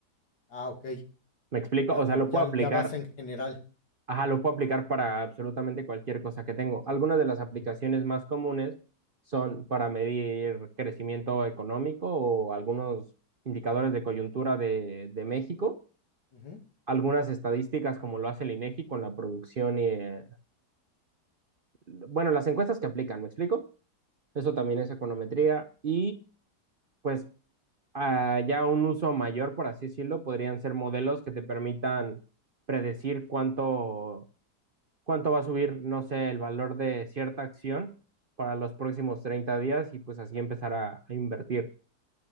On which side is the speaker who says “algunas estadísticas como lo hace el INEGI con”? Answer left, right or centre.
Right